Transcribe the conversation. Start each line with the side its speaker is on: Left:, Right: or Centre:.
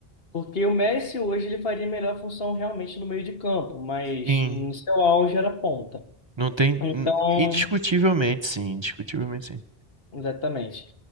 Left: Porque o Messi hoje ele faria melhor função realmente no meio de campo, mas
Right: Sim.
Left: no seu auge era ponta.
Right: Não tem.
Left: Então,
Right: Indiscutivelmente, sim. Indiscutivelmente, sim.
Left: Exatamente.